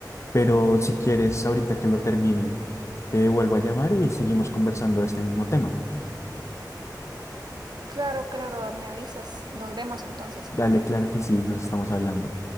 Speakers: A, on the left; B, on the right.
A: pero si quieres, ahorita que lo termine, te vuelvo a llamar y seguimos conversando de este mismo tema.
B: claro, claro, me avisas, nos vemos entonces.
A: Dale, claro que sí, nos estamos hablando.